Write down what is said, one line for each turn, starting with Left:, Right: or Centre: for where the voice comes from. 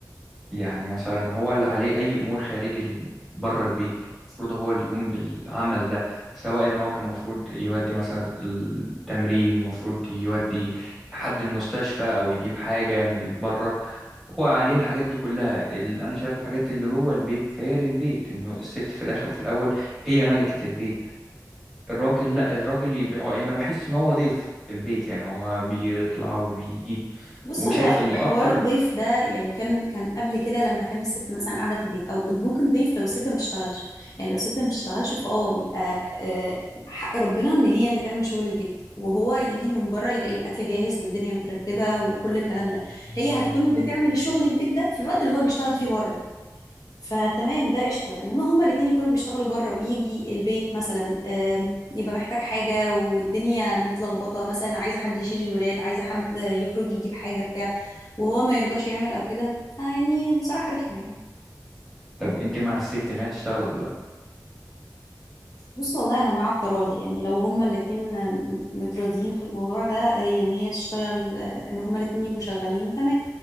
Centre: يعني مثلا هو اللي عليه أي أمور خارجي ال- بره البيت المفروض هو اللي يقوم بالعمل ده سواء إن هو كان المفروض يودي مثلا التمرين المفروض يودي حد المستشفى أو يجيب حاجة من بره هو عليه الحاجات دي كلها ال- أنا شايف الحاجات اللي جوه البيت فهي للبيت إنه الست في الآخر وفي الأول هي ملكة البيت الراجل لأ الراجل يبيع يعني بحس إن هو ضيف في البيت يعني هو بيطلع وبيجي
Left: بص
Centre: وشايف
Left: هو
Centre: إنه
Left: حوار
Centre: أكتر
Left: الضيف ده يعني كان كان قبل كده لما كان الست مثلا قاعده في البيت او ممكن ضيف لو الست ما بتشتغلش يعني لو الست ما بتشتغلش فاه يبقى آه، حق ربنا ان هي اللي تعمل شغل البيت وهو يجي من بره يلاقي الاكل جاهز والدنيا مترتبه وكل الكلام ده هي هتكون بتعمل شغل البيت ده في الوقت اللي هو بيشتغل فيه بره فتمام ده قشطه انما هما الاتنين يكونوا بيشتغلوا بره ويجي البيت مثلا آم، يبقى محتاج حاجه والدنيا متلخبطه مثلا عايزه حد يشيل الولاد عايزه حد يخرج يجيب حاجه بتاع وهو ما يرضاش يعمل او كده آه، يعني بصراحه رخمه يعني
Centre: طب أنت مع الست إنها تشتغل ولا
Left: بص والله انا مع التراضي يعني لو هما الاتنين متراضيين في الموضوع ده هي ان هي تشتغل ان هما الاتنين يبقوا شغالين تمام